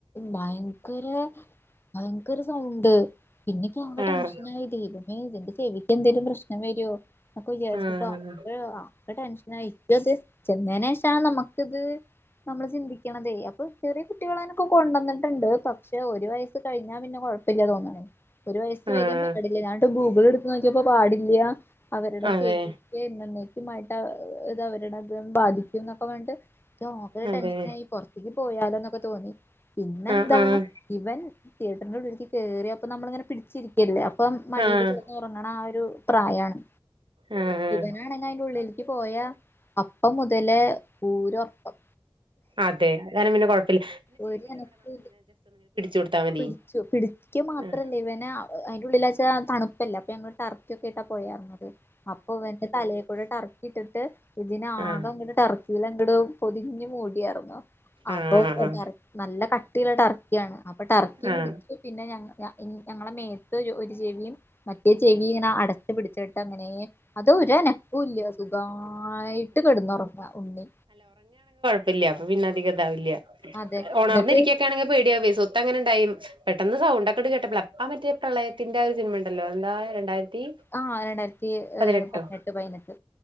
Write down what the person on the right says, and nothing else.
ആഹ്
ആഹ്
ആഹ്
അതെ
അതെ
ആഹ്
ആഹ്
ആഹ്
ആഹ്
അതെ അതാനും പിന്നെ കുഴപ്പല്ല്യ
കൊടുത്താ മതി
ആഹ്
ആഹ്
ആഹ്
ആഹ്
പ്പയില്ല്യ അപ്പൊപിന്നെ അധികഇതാവില്ല്യ
ഉണർന്നിരിക്കൊക്കൊണെങ്കിൽ
പേടിയാവെ സ്വത്ത് അങ്ങനെ ഉണ്ടായി പെട്ടെന്ന് സൗണ്ടക്കെ എടു കേട്ടെപ്പെ ആ മറ്റേ പ്രളയത്തിന്റെ ഒരു സിനിമ ഉണ്ടല്ലോ എന്താ രണ്ടായിരത്തി
പതിനെട്ടോ